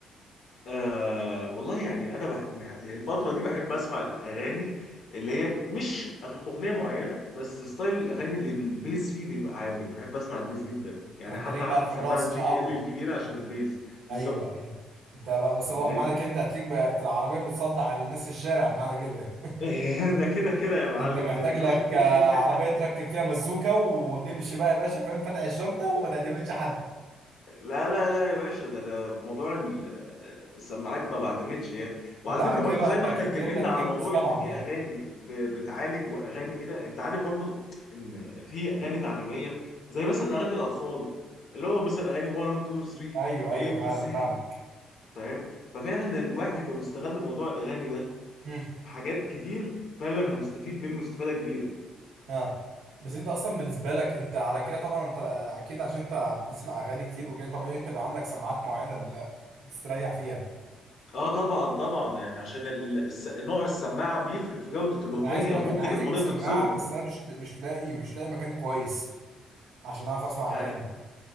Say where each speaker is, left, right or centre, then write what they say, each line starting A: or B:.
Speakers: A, on the left; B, on the right.
A: آه والله يعني انا بح... مح- الفتره دي بحب اسمع الاغاني اللي هي مش أغ- اغنيه معينه بس ستايل الاغاني اللي بي- البيز فيه بيبقى عالي بحب اسمع البيز جدا يعني
B: انت
A: حتى
B: ليك بقى
A: عندي
B: في
A: سماعه
B: الرقص
A: الجي
B: بقى
A: بي ال
B: و...
A: الكبيره عشان
B: و-
A: البيز بالظبط
B: ايوه ايوه انت بقى بس
A: انت
B: هو
A: فاهمني
B: معنى كده انت هتليك بقى في العربيه بتصدع الناس في الشارع معنى كده
A: <laughs> ده كده كده يا معلم
B: ده انت محتاج
A: ده بتقول
B: لك آه،
A: <laughs>
B: عربية تركب فيها بزوكة وتمشي بقى يا باشا فاهم فاتح الشنطة وما تعتمدش حد
A: لا لا لا يا باشا ده انا في موضوع ال- السماعات ما بعتمدش يعني وعلى
B: انت على
A: فكره
B: كده
A: برضو
B: بقى
A: زي
B: انت
A: ما
B: اكيد
A: احنا اتكلمنا
B: جايب لك
A: على
B: ايربودز
A: موضوع
B: طبعا
A: ان في
B: يعني
A: اغاني ب- بتعالج واغاني كده انت عارف برضو ان في اغاني تعليميه زي مثلا اغاني الاطفال اللي هو مثلا اغاني 1 2 3
B: ايوه
A: واي
B: ايوه
A: بي
B: فعلا
A: سي
B: فاهمك
A: فاهم ففعلا الواحد لو استغل موضوع الاغاني ده
B: هم،
A: في حاجات كتير فعلا هنستفيد منه استفاده كبيره
B: ها بس انت اصلا بالنسبة لك انت على كده طبعا انت آه، اكيد عشان انت بتسمع اغاني كتير وكده طبيعي انت بقى عندك سماعات معينة اللي بتستريح فيها
A: اه طبعا طبعا يعني عشان ال- الس- نوع السماعه بيفرق في جوده الاغنيه
B: انا عايز اقول
A: وممكن
B: لك انا عايز
A: الاغنيه
B: اجيب سماعة
A: تتظلم
B: بس انا مش مش لاقي مش لاقي مكان كويس عشان اعرف اسمع
A: يعني
B: اغاني